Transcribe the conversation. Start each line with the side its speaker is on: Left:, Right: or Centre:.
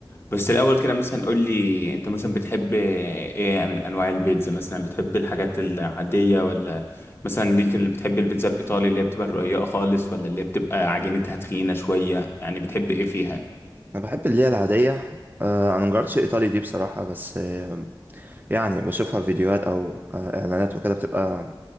Left: بس الاول كده مثلا قول لي انت مثلا بتحب ايه من انواع البيتزا مثلا بتحب الحاجات العاديه ولا مثلا ليك اللي بتحب البيتزا الايطالي اللي هي بتبقى رقيقه خالص ولا اللي هي بتبقى عجينتها تخينه شويه يعني بتحب ايه فيها
Right: انا بحب اللي هي العادية آه، انا مجربتش الايطالي دي بصراحة بس آه، يعني بشوفها في فيديوهات او آه، اعلانات وكده بتبقى